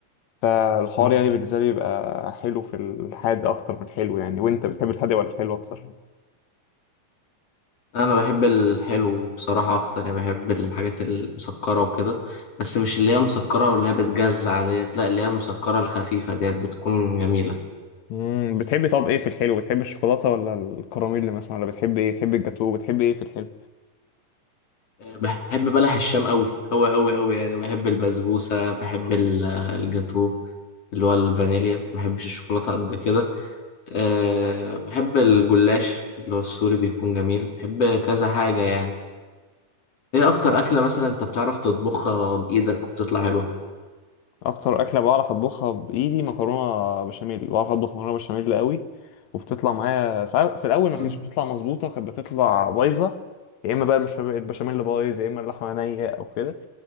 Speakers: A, on the left; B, on the left.
A: فالحوار
B: مم.
A: يعني بالنسبه لي بيبقى حلو في الحادق اكتر من الحلو يعني وانت بتحب الحادق ولا الحلو اكتر
B: انا بحب الحلو بصراحه اكتر يعني بحب الحاجات المسكره وكده بس مش اللي هي مسكره واللي هي بتجزع ديت لا اللي هي المسكره الخفيفه ديت بتكون جميله
A: امم بتحبي طب ايه في الحلو بتحبي الشوكولاته ولا الكراميل مثلا ولا بتحبي ايه بتحبي الجاتو بتحبي ايه في الحلو
B: بحب بلح الشام قوي قوي قوي قوي يعني بحب البسبوسة
A: مم.
B: بحب ال- الجاتو اللي هو الفانيليا ما بحبش الشوكولاتة قد كده أه بحب الجلاش اللي هو السوري بيكون جميل بحب كذا حاجة يعني ايه اكتر اكلة مثلا انت بتعرف تطبخها بايدك وبتطلع حلوة
A: اكتر اكله بعرف اطبخها بايدي مكرونه بشاميل بعرف اطبخ مكرونه بشاميل قوي وبتطلع معايا ساعات في الاول ما
B: <clears throat>
A: كانتش بتطلع مظبوطه كانت بتطلع بايظه يا اما بقى مش البشاميل بايظ يا اما اللحمه نيه او كده